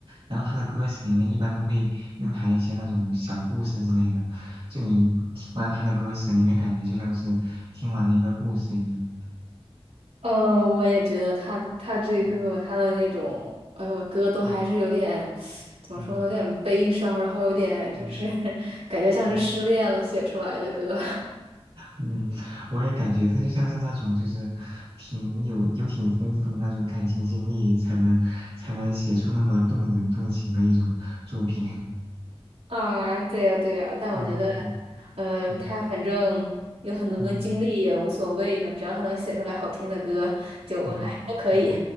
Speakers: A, on the right; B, on the right.
A: 然后他的歌词里面一般都会蕴含一些那种小故事之类的，就你听完他的歌词，你会感觉就像是听完了一个故事一样。
B: 嗯，我也觉得他他这个他的那种呃歌都还是有点
A: 嗯嗯
B: 怎么说呢，
A: 嗯
B: 有点悲伤，然后有点就是
A: 嗯
B: <laughs> 感觉像是失恋了写出来的歌
A: 嗯嗯，我也感觉他就像是那种，就是挺有有挺丰富的那种感情经历，才能才能写出那么动人动情的一种作品。
B: <laughs> 啊，对呀对呀，但我觉得，
A: 嗯嗯
B: 嗯，
A: 嗯
B: 他反正有很多经历也无所谓吧，
A: 嗯，
B: 只要他能写出来好听的歌，就哎都可以。
A: 对啊，嗯